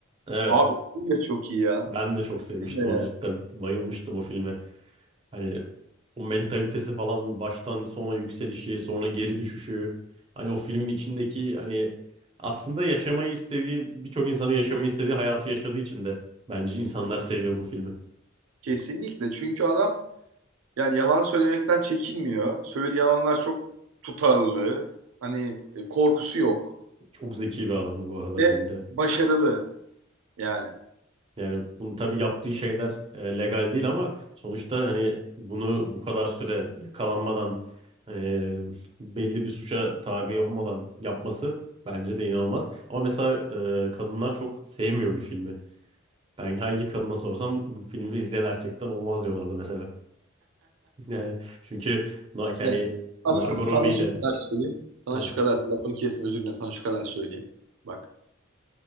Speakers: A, on the right; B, on the right.
A: Evet.
B: Abi o film de çok iyi ya.
A: Ben de çok
B: O film
A: sevmiştim
B: de
A: onu
B: ya.
A: cidden. Bayılmıştım o filme. Hani o mentalitesi falan baştan sona yükselişi, sonra geri düşüşü. Hani o filmin içindeki hani aslında yaşamayı istediği, birçok insanın yaşamayı istediği hayatı yaşadığı için de bence insanlar seviyor bu filmi.
B: Kesinlikle çünkü adam Yani yalan söylemekten çekinmiyor. Söylediği yalanlar çok tutarlı. Hani e, korkusu yok.
A: Çok zeki bir adam bu arada
B: Ve
A: filmde.
B: başarılı yani.
A: Yani bunu tabii yaptığı şeyler e, legal değil ama sonuçta hani bunu bu kadar süre yakalanmadan e, belli bir suça tabi olmadan yapması bence de inanılmaz. Ama mesela e, kadınlar çok sevmiyor bir filmi. Ben hangi kadına sorsam bu filmi izleyen erkekten olmaz diyorlardı mesela. <laughs> Yani çünkü na- yani
B: Evet.
A: Margot
B: Sana, sana
A: Robbie ile
B: şu kadar söyleyeyim. Sana
A: Heh,
B: şu kadar lafını kesin özür dilerim. Sana şu kadar söyleyeyim. Bak.